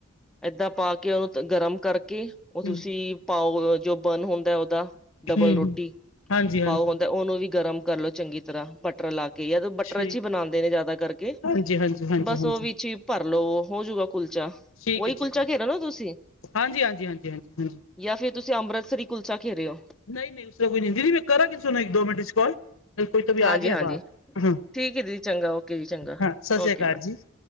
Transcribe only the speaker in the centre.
ਏਦਾਂ ਪਾ ਕੇ ਉਹਨੂੰ ਗਰਮ ਕਰਕੇ
ਉਹ ਤੁਸੀਂ ਪਾਓ ਜੋ ਬਰਨ ਹੁੰਦਾ ਉਹਦਾ ਡਬਲ
ਰੋਟੀ
ਪਾਓ ਹੁੰਦਾ ਉਹਨੂੰ ਵੀ ਗਰਮ ਕਰ ਲੋ ਚੰਗੀ ਤਰ੍ਹਾਂ ਬ ਬਟਰ ਲਾ ਕੇ ਜਾਂਦ ਬਟਰ
ਚ ਹੀ ਬਣਾਉਦੇ ਨੇ ਜਿਆਦਾ ਕਰਕੇ
ਬਸ
ਉਹ ਵਿੱਚ ਹੀ ਭਰਲੋ ਹੋਜੂਗਾ ਕੁਲਚਾ
ਉਹੀ
ਕੁਲਚਾ
ਘੇਰੋ ਨਾ ਤੁਸੀਂ
ਜਾਂ ਫੇਿਰ ਤੁਸੀਂ ਅੰਮ੍ਰਿਤਸਰੀ ਕੁਲਚਾ ਖੇਰਹੇ ਹੋ
ਹਾਂਜੀ
ਹਾਂਜੀ
ਠੀਕ ਹੈ ਦੀਦੀ ਚੰਗਾ ਓਕੇ ਜੀ ਚੰਗਾ
ਓਕੇ ਬਾਏ